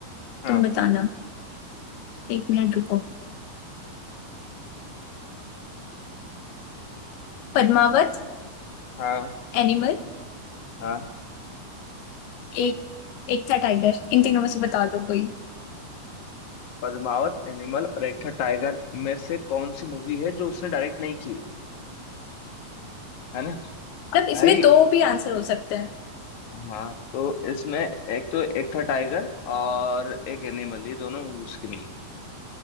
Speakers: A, on the left; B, on the left.
A: हाँ
B: तुम बताना एक मिनट रुको पद्मावत
A: हाँ
B: एनिमल
A: हाँ
B: एक एक था टाइगर इन तीनों में से बता दो कोई
A: पद्मावत एनिमल और एक था टाइगर में से कौन सी मूवी है जो उसने डायरेक्ट नहीं की है है ना
B: मतलब इसमें
A: भाई
B: दो भी आंसर हो सकते हैं
A: हाँ तो इसमें एक तो एक था टाइगर और एक एनिमल ये दोनों मूवी उसकी नहीं